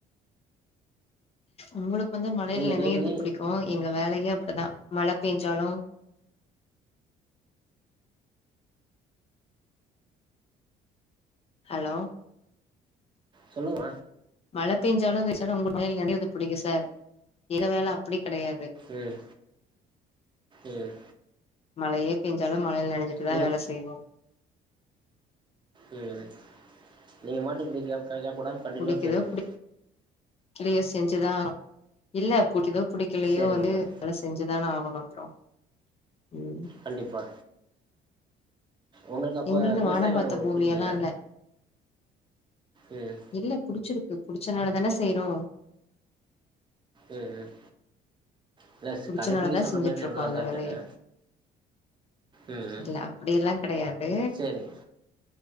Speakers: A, on the left; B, on the right.
A: உங்களுக்கு வந்து மழைலே
B: நீங்க
A: நெனைறது
B: டெய்லி
A: புடிக்கு எங்க வேலயே அப்பதா மழ பெஞ்சாலு ஹலோ
B: சொல்லுங்க
A: மழ பேஞ்சாலும் வச்சாலு உங்கள் மேல் நெனைறது பிடிக்கு சார் எகவேல அப்டி கெடையாது
B: ம் ம்
A: மழயே பெஞ்சாலும் மழைல நெனஞ்சுட்டுதா
B: நீ
A: வேல செய்வோ
B: உம் நீங்க மாட்டு பிடிக்க கஜாப்புடம் கண்டினியூவா
A: புடிக்குதோ
B: பேசுவோ
A: புடிக்கலையோ செஞ்சுதா ஆ இல்ல புடிக்குதோ புடிக்கலயோ
B: சரிங்கம்மா
A: வந்து அதெல்லா செஞ்சுதான ஆகணு ஹலோ வச்சிறா உம்
B: கண்டிப்பா உங்களுக்கு அப்ப
A: எங்களுது
B: விவசாய
A: வானம்
B: வேல
A: பாத்த
B: உங்களுக்கு
A: பூமி
B: புடிக்கலையா
A: எல்லா இல்ல
B: ம்
A: இல்ல புடிச்சிருக்கு புடிச்சனாலதான செய்றோ
B: உம் உம் இல்ல சி
A: புடிச்சனாலதா
B: கடமிக்கி சொல்ற
A: செஞ்சுட்ருக்கோ
B: மாரி தெரிதா
A: அந்த
B: அதா
A: வேலைய
B: கேட்டே ம் ம்
A: இல்ல அப்டியெல்லா கெடையாது
B: சேரிங்க